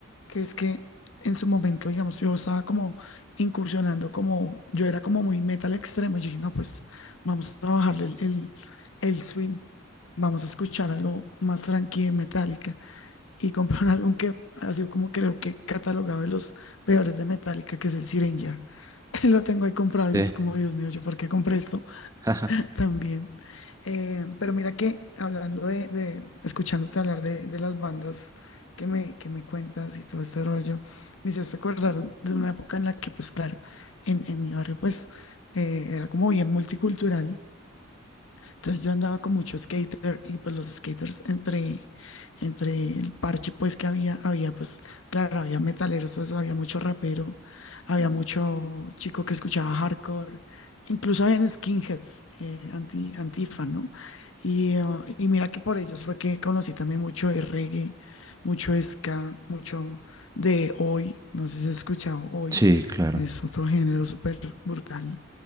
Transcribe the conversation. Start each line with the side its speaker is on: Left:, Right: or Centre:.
Left: que es que en su momento, digamos, yo estaba como incursionando, como yo era como muy metal extremo. Yo dije, no, pues vamos a bajarle el, el, el swing, vamos a escuchar algo más tranquilo de Metallica. Y compré un álbum que ha sido como creo que catalogado de los peores de Metallica, que es el Syringer. <laughs> Lo tengo ahí comprado
Right: Sí.
Left: y es como, Dios mío, ¿yo por qué compré esto?
Right: <laughs>
Left: <laughs> También. Eh, pero mira que hablando de, de- escuchándote hablar de, de las bandas que me, que me cuentas y todo este rollo, me hiciste acordar de una época en la que, pues claro, en, en mi barrio, pues eh, era como bien multicultural. Entonces yo andaba con mucho skater y pues los skaters entre, entre el parche pues que había, había pues, claro, había metaleros, todo eso, había mucho rapero, había mucho chico que escuchaba hardcore, incluso habían skinheads, eh, anti, antifa, ¿no? Y, ah, y mira que por ellos fue que conocí también mucho de reggae, mucho ska, mucho de hoy, no sé si has escuchado hoy,
Right: Sí, claro,
Left: es otro género súper brutal.